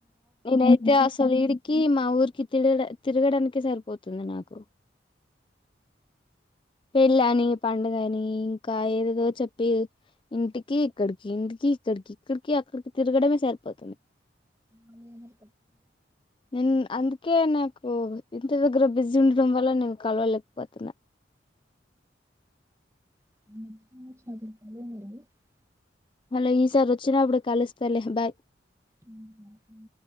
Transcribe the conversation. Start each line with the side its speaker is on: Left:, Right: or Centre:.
Left: నేనైతే అసలు ఇడికి మా ఊర్కి తి తిరగడానికే సరిపోతుంది నాకు పెళ్లి అని పండుగ అని ఇంకా ఏదేదో చెప్పి ఇంటికి ఇక్కడికి ఇంటికి ఇక్కడికి ఇక్కడికి అక్కడికి తిరగడమే సరిపోతుంది
Right: మళ్ళీ ఎవరు
Left: నిన్ అందు ఓకే నాకు ఇంటి దగ్గర బిజీ ఉండడం వల్ల నేను కలవలేకపోతున్నా
Right: కొత్తగా
Left: హలో ఈసారి వచ్చినప్పుడు కలుస్తలే బాయ్
Right: హమ్